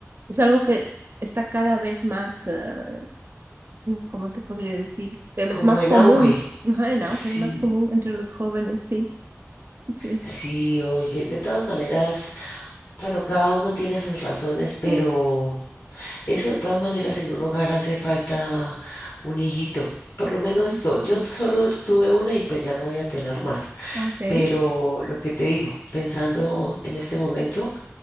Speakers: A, on the right; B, on the left.
A: es algo que está cada vez más, eh, ¿cómo te podría decir? Em,
B: como
A: Es más
B: en
A: común,
B: auge.
A: ajá, en
B: Sí,
A: auge, más común entre los jóvenes, sí, sí.
B: sí, oye, de todas maneras, bueno, cada uno tiene sus razones, pero...
A: Mm,
B: Eso de todas maneras en un hogar hace falta un hijito, por lo menos
A: Ya,
B: dos.
A: sí.
B: Yo solo tuve una y pues ya no voy a tener más.
A: Ok.
B: Pero
A: <laughs>
B: lo que te digo, pensando en este momento